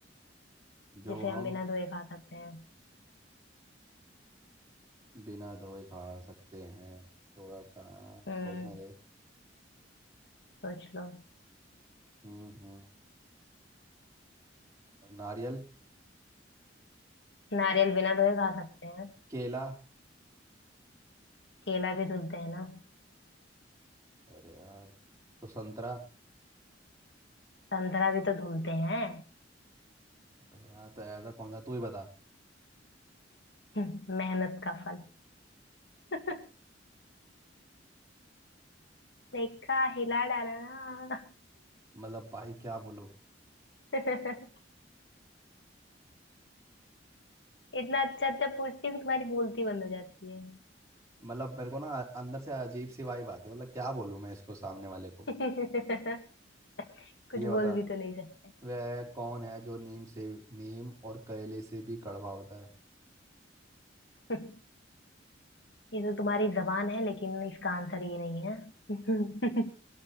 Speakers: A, on the right; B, on the left.
A: जो
B: जिसे
A: हम
B: हम बिना धोए खा सकते हैं
A: बिना धोए खा सकते हैं थोड़ा टा
B: हम्म
A: सोचने दे
B: सोच लो
A: हम्म हम्म नारियल
B: नारियल बिना धोए खा सकते हैं
A: केला
B: केला भी धुलते हैं ना
A: अरे यार तो संतरा
B: संतरा भी तो धुलते हैं
A: अबे यार तो ऐसा कौन सा तू ही बता
B: हम्म, मेहनत का फल <laughs> देखा हिला डाला ना
A: मतलब भाई क्या बोलूं
B: <laughs> इतना अच्छा अच्छा पूछती हूँ तुम्हारी बोलती बंद हो जाती है
A: मतलब मेरे को ना अंदर से अजीब सी वाई बात है मतलब क्या बोलूं मैं इसको सामने वाले को
B: <laughs> कुछ
A: ये बता
B: बोल भी तो नहीं सकते
A: वह कौन है जो नीम से नीम और करेले से भी कड़वा होता है
B: <laughs> ये तो तुम्हारी जबान है लेकिन इसका आंसर ये नहीं है <laughs>